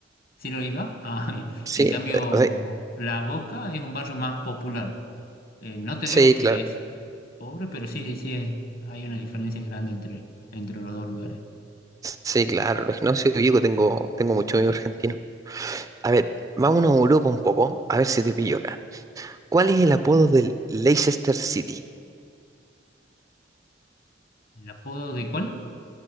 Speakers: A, on the left (about 55°); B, on the right (about 20°).
A: ¿Sí lo diga? Ah, <laughs>
B: Sí,
A: en cambio,
B: eh, o sea,
A: La Boca es un barrio más popular. Eh, no te
B: sí,
A: digo que
B: claro.
A: es pobre, pero sí, sí, es- hay una diferencia grande entre, entre los dos lugares.
B: Sí, claro, los que no sí ubico, tengo, tengo mucho amigo argentino. A ver, vámonos a Europa un poco, a ver si te pillo acá. ¿Cuál es el apodo del Leicester City?
A: ¿El apodo de cuál?